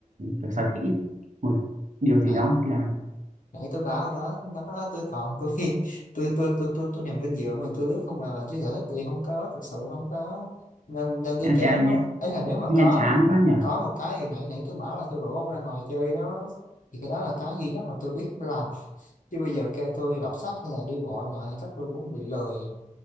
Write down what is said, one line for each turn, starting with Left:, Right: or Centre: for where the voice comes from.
Right: thì kiểu sở thích một điều gì
Left: này
Right: đó thích làm.
Left: nãy tôi báo ở đó nó tôi còn tôi <laughs> tôi tôi tôi tôi, tôi nằm trên giường mà tôi lướt không à chứ sở thích tôi không có thực sự không có nên nên tôi
Right: Nghe,
Left: chán
Right: chả- nghe,
Left: quá ấy là nếu mà
Right: nghe
Left: có
Right: chán quá nhỉ.
Left: có một cái gì nãy nãy tôi bảo là tôi rủ ông ra ngồi chơi đó thì cái đó là cái duy nhất mà tôi biết làm chứ bây giờ kêu tôi đọc sách hay là đi bộ này nọ, chắc tôi cũng bị lười